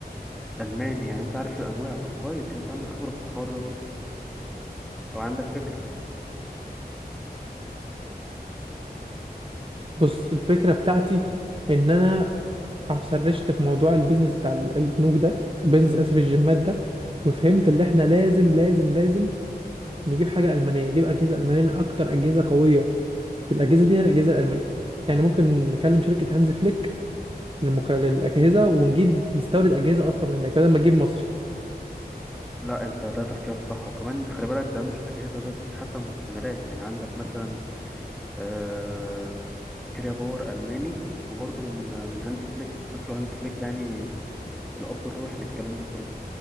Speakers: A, in the centre; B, on the right (about 30°).
A: ألماني يعني أنت عارف الأنواع طب كويس يعني أنت عندك خبرة في الحوار ده برضه أو عندك فكرة
B: بص الفكره بتاعتي ان انا عم سرشت في موضوع البيزنس بتاع ال- البنوك ده البيزنس اسف الجيمات ده وفهمت اللي احنا لازم لازم لازم نجيب حاجه المانيه نجيب اجهزه المانيه لان اكتر اجهزه قويه في الاجهزه دي هي الاجهزه الالمانيه يعني ممكن نكلم شركه هانز فليك للمك... للأجهزة ونجيب نستورد أجهزة أصلا من هناك بدل ما نجيب مصري
A: لا أنت ده تفكيرك صح وكمان خلي بالك ده مش أجهزة بس حتى المكملات يعني عندك مثلا آه كريا باور ألماني وبرضه من آه، من هانز فليك شكله هانز فليك يعني الأب الروحي للكلام ده كله